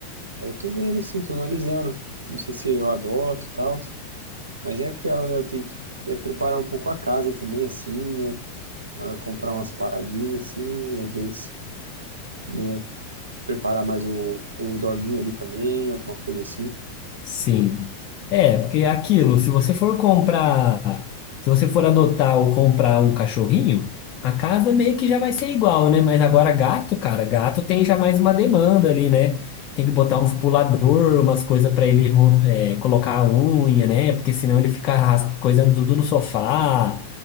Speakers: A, on the right; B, on the left.
A: Aí eu tô vendo, assim, tô analisando. Não sei se eu adoto e tal. Mas é aquela, né? Eu tenho que é, preparar um pouco a casa também, assim, né? Ah, comprar umas paradinhas, assim, às vezes. né preparar mais o, o doguinho ali também, alguma coisa assim.
B: Sim. É, porque é aquilo, se você for comprar, se você for adotar ou comprar um cachorrinho, a casa meio que já vai ser igual, né? Mas agora gato, cara, gato tem já mais uma demanda ali, né? Tem que botar uns pulador, umas coisas pra ele ru- é, colocar a unha, né? Porque senão ele fica arras- coisando tudo no sofá,